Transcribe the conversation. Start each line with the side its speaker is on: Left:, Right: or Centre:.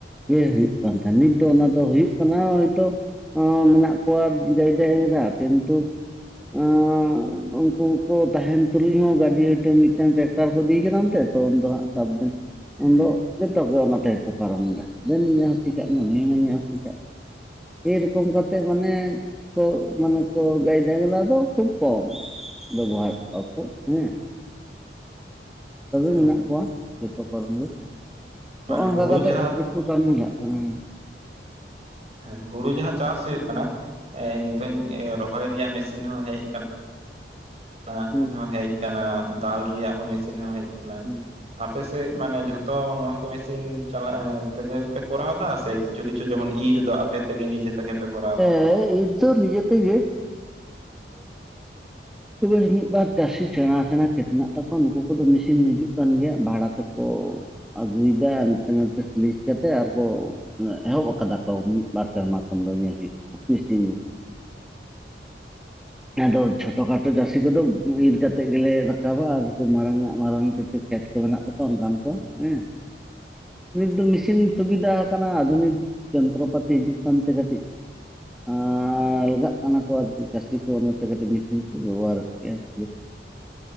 Centre: ᱜᱮ ᱦᱩᱭᱩᱜ ᱠᱟᱱ ᱛᱟᱦᱮᱸᱱ, ᱱᱤᱛ ᱫᱚ ᱚᱱᱟ ᱫᱚ ᱦᱩᱭᱩᱜ ᱠᱟᱱᱟ ᱦᱚᱭᱛᱳ ᱟᱸᱻ ᱢᱮᱱᱟᱜ ᱠᱚᱣᱟ ᱜᱟᱹᱭ ᱰᱟᱝᱨᱟ ᱠᱤᱱᱛᱩ ᱟᱸᱻ ᱩᱱᱠᱩ ᱠᱚ ᱛᱟᱦᱮᱸᱱ ᱛᱩᱞᱩᱡ ᱦᱚᱸ ᱜᱟᱰᱤ ᱦᱳᱭᱛᱳ ᱢᱤᱫᱴᱟᱝ ᱴᱟᱠ ᱴᱟᱨ ᱠᱚ ᱤᱫᱤ ᱠᱟᱫᱟ ᱚᱱᱛᱮ ᱛᱚ ᱩᱱ ᱫᱚ ᱦᱟᱸᱜ ᱥᱟᱵ ᱵᱮᱱ ᱩᱱᱫᱚ ᱡᱚᱛᱚ ᱜᱮ ᱚᱱᱟ ᱛᱮᱜᱮ ᱠᱚ ᱯᱟᱨᱚᱢᱮᱫᱟ ᱫᱮᱱ ᱤᱧᱟ ᱦᱚᱸ ᱥᱤ ᱠᱟᱜ ᱢᱮ, ᱩᱱᱤ ᱦᱚᱸ ᱢᱮᱱᱮᱜ-ᱟ ᱤᱧᱟᱜ ᱦᱚᱸ ᱥᱤ ᱠᱟᱜ ᱮᱨᱚᱠᱚᱢ ᱠᱟᱛᱮᱜ ᱢᱟᱱᱮ, ᱛᱚ ᱢᱟᱱᱮ ᱠᱚ ᱜᱟᱹᱭ ᱰᱟᱝᱨᱟ ᱫᱚ ᱠᱷᱩᱵ ᱠᱚᱢ, ᱵᱮᱵᱚᱦᱟᱨᱮᱜ ᱠᱚᱣᱟ ᱠᱚ ᱦᱮᱸ, ᱛᱚᱵᱮ
Right: ᱦᱮᱸ
Centre: ᱢᱮᱱᱟᱜ ᱠᱚᱣᱟ ᱡᱚᱛᱚ ᱠᱚ ᱨᱮᱱ ᱜᱮ, ᱛᱚ
Right: ᱢᱟᱱᱮ
Centre: ᱦᱚᱸᱜᱼᱚᱝᱠᱟ
Right: ᱦᱩᱲᱩ
Centre: ᱠᱟᱛᱮᱜ
Right: ᱡᱟᱦᱟᱸ
Centre: ᱜᱤ ᱠᱚ ᱠᱟᱢᱤᱭᱟᱜ ᱠᱟᱱᱟ᱾
Right: ᱦᱮᱸ ᱦᱩᱲᱩ ᱡᱟᱦᱟᱸ ᱪᱟᱥ ᱦᱩᱭᱩᱜ ᱠᱟᱱᱟ, ᱮᱸ ᱱᱤᱛᱚᱝ ᱮ ᱨᱚᱦᱚᱭ ᱨᱮᱭᱟᱜ ᱢᱮᱥᱤᱱ ᱦᱚᱸ ᱦᱮᱡ ᱠᱟ ᱱᱟ,
Centre: ᱦᱩᱸ
Right: <inaudible> ᱦᱚᱸ ᱦᱮᱡ ᱠᱟᱱᱟ, ᱫᱟᱞ ᱨᱮᱭᱟᱜ ᱦᱚᱸ ᱢᱮᱥᱤᱱ ᱦᱚᱸ ᱦᱮᱡ ᱠᱟᱱᱟ᱾
Centre: ᱦᱩᱸ
Right: ᱟᱯᱮ ᱥᱮᱫ ᱢᱟᱱᱮ ᱡᱷᱚᱛᱚ ᱱᱚᱣᱟ ᱠᱚ ᱢᱮᱥᱤᱱ ᱪᱟᱞᱟᱜ <inaudible> ᱛᱮᱜᱮ ᱯᱮ ᱠᱚᱨᱟᱣ ᱮᱫᱟ ᱥᱮ ᱠᱤ ᱪᱷᱩ ᱠᱤᱪᱷᱩ ᱡᱮᱢᱚᱱ ᱤᱨ ᱫᱚ ᱟᱯᱮ ᱛᱮᱜᱮ ᱱᱤᱡᱮ ᱛᱮᱜᱮ ᱯᱮ ᱠᱚᱨᱟᱣ ᱮᱫᱟ?
Centre: ᱦᱮᱸ ᱤᱨ ᱫᱚ ᱱᱤᱡᱮ ᱛᱮᱜᱮ᱾ ᱛᱚᱵᱮ ᱢᱤᱫ ᱵᱟᱨ ᱪᱟᱥᱤ ᱥᱮᱬᱟ ᱥᱮᱬᱟ ᱠᱷᱮᱛ ᱢᱮᱱᱟᱜ ᱛᱟᱠᱚᱣᱟ ᱱᱩᱠᱩ ᱠᱚᱫᱚ ᱢᱮᱥᱤᱱ ᱦᱤᱡᱩᱜ ᱠᱟᱱ ᱜᱮᱭᱟ ᱵᱷᱟᱲᱟ ᱛᱮᱠᱚ ᱟᱜᱩᱭᱮᱫᱟ ᱦᱟᱱᱛᱮ ᱱᱟᱛᱮ ᱥᱞᱤᱡ ᱠᱟᱛᱮᱫ ᱟᱨᱠᱚ ᱚᱱᱟ ᱮᱦᱚᱵ ᱟᱠᱟᱫᱟ ᱠᱚ ᱢᱤᱫ ᱵᱟᱨ ᱥᱮᱨᱢᱟ ᱠᱷᱚᱱ ᱫᱚ ᱧᱮᱞ ᱦᱩᱭᱩᱜ ᱠᱟᱱᱟ᱾ <inaudible> ᱟᱫᱚ ᱪᱷᱚ -ᱴᱚ ᱠᱷᱟᱴᱚ ᱪᱟᱥᱤ ᱠᱚᱫᱚ ᱤᱨ ᱠᱟᱛᱮᱜ ᱜᱮᱞᱮ ᱨᱟᱠᱟᱵᱟ ᱟᱨ ᱩᱝᱠᱩ ᱢᱟᱨᱟᱝ ᱟᱜ ᱢᱟᱨᱟᱝ ᱠᱤᱪᱷᱩ ᱠᱷᱮᱛ ᱠᱚ ᱢᱮᱱᱟᱜ ᱛᱟᱠᱚᱣᱟ ᱚᱱᱠᱟᱱ ᱠᱚ ᱦᱮᱸ, ᱱᱤᱛ ᱫᱚ ᱢᱮᱥᱤᱱ ᱥᱩᱵᱤᱫᱟ ᱟᱠᱟᱱᱟ ᱟᱫᱷᱩᱱᱤᱠ, ᱡᱚᱱᱛᱨᱚ ᱯᱟᱛᱤ ᱦᱤᱡᱩᱜ ᱠᱟᱱᱛᱮ ᱠᱟᱴᱤᱡ ᱟᱸᱻ ᱟᱞᱜᱟᱜ ᱠᱟᱱᱟ ᱠᱚ ᱟᱨ ᱪᱮᱫ ᱪᱟᱥᱤ ᱠᱚ ᱚᱱᱟᱛᱮ ᱠᱟᱹᱴᱤᱡ ᱢᱮᱥᱤᱱ ᱵᱮᱵᱚᱦᱟᱨ ᱠᱮᱜ-ᱟ <inaudible>